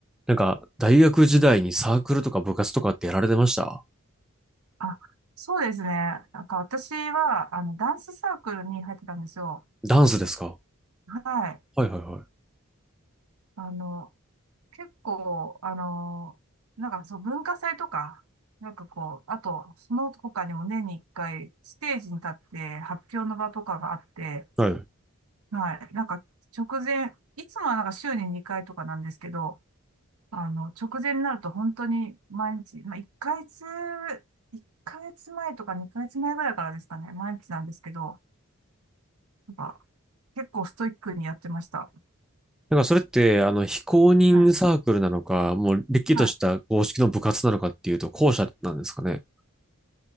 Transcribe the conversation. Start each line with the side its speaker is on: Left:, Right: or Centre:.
Centre: なんか、大学時代にサークルとか部活とかってやられてました
Right: あ、そうですね。なんか私は、あの、ダンスサークルに入ってたんですよ。
Centre: ダンスですか
Right: はい。
Centre: はいはいは
Right: あの、結構、あの、なんかそう、文化祭とか、なんかこう、あと、その他にも年に一回、ステージに立って発表の場とかがあって、
Centre: い。はい。
Right: はい。なんか直前、いつもはなんか週に2回とかなんですけど、あの、直前になると本当に毎日、まあ、1ヶ月、1ヶ月前とか2ヶ月前ぐらいからですかね、毎日なんですけど、なんか、結構ストイックにやってました。
Centre: なんかそれって、あの、非公認サークルなのか、
Right: はい。
Centre: もう、れっきとした公式の部活なのかっていうと、
Right: はい。
Centre: 後者なんですかね。